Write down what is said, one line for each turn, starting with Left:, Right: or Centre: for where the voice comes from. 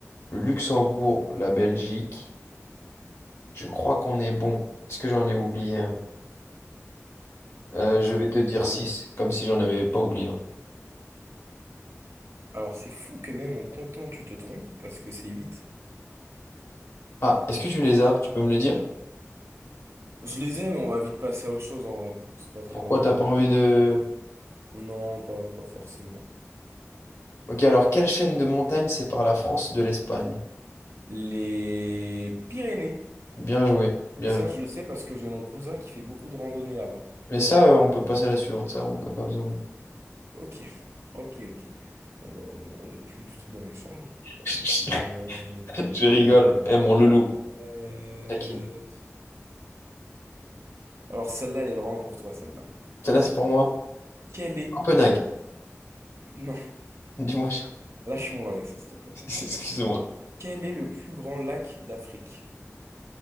Left: le Luxembourg, la Belgique. Je crois qu'on est bon. Est-ce que j'en ai oublié un? Euh,
Right: Ce
Left: je vais
Right: qui
Left: te
Right: fait
Left: dire
Right: combien?
Left: 6, comme si j'en avais pas oublié
Right: Alors, c'est fou que même en comptant, tu te trompes parce que c'est 8.
Left: Ah, est-ce que tu les as? Tu peux me le dire?
Right: Je les ai, mais on va vite passer à autre chose en vrai. C'est pas très
Left: Pourquoi
Right: important.
Left: t'as pas envie de...
Right: Non, pas, pas forcément.
Left: Ok, alors quelle chaîne de montagne sépare la France de l'Espagne?
Right: Les Pyrénées.
Left: Bien joué, bien
Right: Et ça,
Left: joué.
Right: je le sais parce que j'ai mon cousin qui fait beaucoup de randonnées là-bas.
Left: Mais ça, euh, on peut passer à la suivante, ça, on n'a pas besoin de...
Right: Ok, <laughs> ok, ok. Bon, bah, on est, on est plus du tout dans l'échange.
Left: <laughs>
Right: Mais, euh,
Left: Je rigole, eh mon loulou.
Right: euh,
Left: Taquine.
Right: Alors, celle-là, elle est vraiment pour toi, celle-là.
Left: Celle-là, c'est pour moi.
Right: Quel est...
Left: Copenhague.
Right: Non,
Left: Dis-moi, je-
Right: lâche-moi avec ça, s'il te plaît.
Left: <laughs> excuse-moi.
Right: Quel est le plus grand lac d'Afrique?